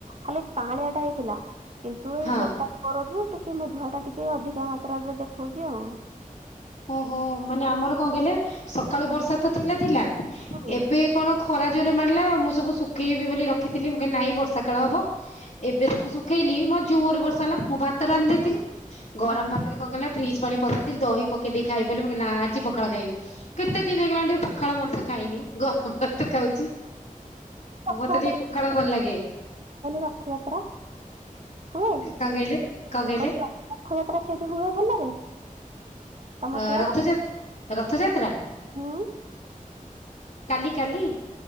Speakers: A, on the right; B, on the left.
A: ଖାଲି ସାହାଳିଆ ଟା ହେଇଥିଲା। କିନ୍ତୁ ଏଇ
B: ହଁ
A: ଗୋଟାଏ ପରଠୁ ଟିକେ ମେଘୁଆ ଟା ଟିକେ ଅଧିକା ମାତ୍ର ମାତ୍ରାରେ ଦେଖାଉଛି ଆଉ।
B: ଓହୋ, ମାନେ ଆମର କଣ କହିଲେ ସକାଳୁ ବର୍ଷା ତ ଥିଲା ଥିଲା
A: ହୁଁ,
B: ଏବେ କଣ ଖରା ଜୋରରେ ମାରିଲା, ମୁଁ ସବୁ ଶୁଖେଇବି ବୋଲି ରଖିଥିଲି ମୁଁ କହିଲି ନହିଁ ବର୍ଷା କାଳେ ହବ ଏବେ ସବୁ ଶୁଖେଇଲି ମା ଜୋରେ ବର୍ଷା ହେଲା। ମୁଁ ଭାତ ରାନ୍ଧି ଦେଇଥିଲି ଗରମ
A: ହୁଁ, ହୁଁ।
B: ଭାତରେ କଣ କଲିନା ଫ୍ରିଜ୍ ପାଣି ପକେଇଦେଲି। ଦହି ପ କେଦେଇ ଖାଇବି ବୋଲି ମୁଁ କହିଲି ନା ଆଜି ପଖାଳ ଖାଇବି କେତେ ଦିନ ହେଇଗଲାଣି ଟିକେ ପଖାଳ ମଣିଷ ଖାଇନି। ଗରମ ଭାତ ଖାଉଛି।
A: ପଖାଳ
B: ମତେ ଟିକେ
A: <unintelligible>
B: ଭଲ ଲାଗେ
A: ରଥଯାତ୍ରା। ହୁଏ।
B: କଣ କହିଲେ କଣ କହିଲେ
A: କଲି ରଥଯାତ୍ରା ସେଇଠି ହୁଏ ଭଲରେ? ତମ
B: ଅ
A: ସିଆଡେ
B: ରଥ -ଯ -ରଥଯାତ୍ରା।
A: ହୁଁ
B: କାଲି, କାଲି?